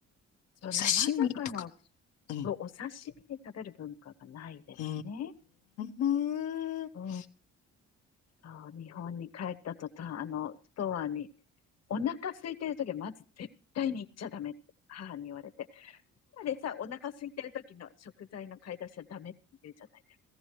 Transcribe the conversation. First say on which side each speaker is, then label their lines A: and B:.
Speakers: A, on the left (about 55°); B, on the left (about 80°).
A: そう、
B: 刺身とか。
A: 生魚を、そう、
B: うん。
A: お刺身で食べる文化がないですね。
B: うーん。
A: うん。そう、日本に帰った途端、あの、ストアに、お腹空いてる時はまず絶対に行っちゃダメって母に言われて。今でさ、お腹空いてる時の食材の買い出しはダメって言うじゃないで